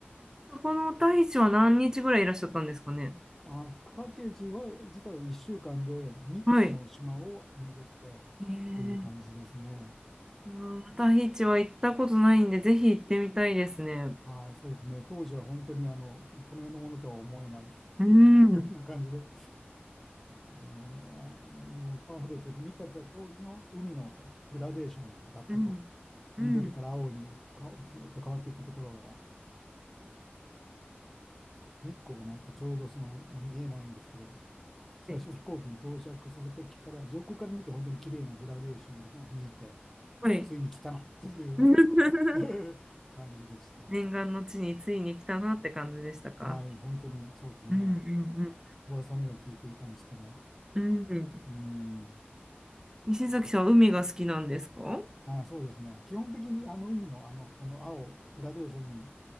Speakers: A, on the right (about 15°); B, in the centre.
A: そこのタヒチは何日ぐらいいらっしゃったんですかね。
B: あ、パッケージは自体は1週間で3つの島を巡ってという感じですね。
A: はい。えー、うんタヒチは行ったことないんで、ぜひ行ってみたいですね。
B: はい、そうですね。当時は本当にあのこの世のものとは思えない
A: うん、
B: <laughs> ような感じで、ああの、あのパンフレットで見てた通りの海のグラデーションだったと、
A: うん、うん。
B: 緑から青にかずっと変わっていくところが、日光がないとちょうどその、まあ、見えないんですけど、最初飛行機に到着するときから、
A: で
B: 上空から見て本当に綺麗なグラデーションがまあ見えて、
A: はい。
B: ついに来たなという
A: <laughs>
B: <laughs> 感じでした。
A: 念願の地についに来たなって感じでしたか。
B: はい、本当にそうですね。
A: うんうん
B: 噂には聞いていたにしても。
A: うんうん。
B: うん。
A: 西崎さんは海が好きなんですか
B: あ、そうですね。基本的にあの海のあの、その青、グラデーションに、